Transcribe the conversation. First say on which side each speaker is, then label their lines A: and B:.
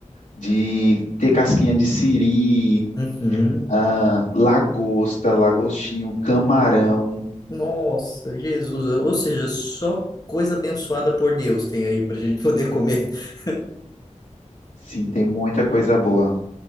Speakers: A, on the left (about 85°); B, on the left (about 30°).
A: de ter casquinha de siri,
B: uhum.
A: ah, lagosta, lagostinho, camarão.
B: Nossa, Jesus. Ou seja, só coisa abençoada por Deus tem aí para a gente poder comer. <laughs>
A: Sim, tem muita coisa boa.